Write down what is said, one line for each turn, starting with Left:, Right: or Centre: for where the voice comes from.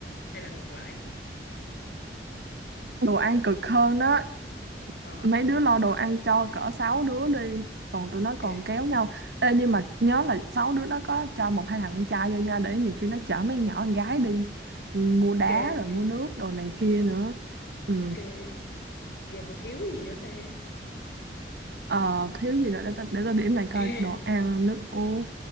Left: Hay là ngược lại?
Right: đồ ăn cực hơn đó.
Left: Ờ
Right: Mấy đứa lo đồ ăn cho cỡ 6 đứa đi. Còn tụi
Left: ok
Right: nó còn kéo nhau. Ê, nhưng mà nhớ là 6 đứa nó có cho một hai thằng con trai vô nha. Để nhiều khi nó chở mấy con nhỏ con gái đi. ừ, Mua
Left: ok
Right: đá
Left: ok
Right: rồi mua nước, đồ này kia nữa. Ừ.
Left: ok giờ còn thiếu gì nữa ta?
Right: Ờ, thiếu gì nữa để ta, để ta điểm lại coi
Left: À
Right: đồ ăn nước uống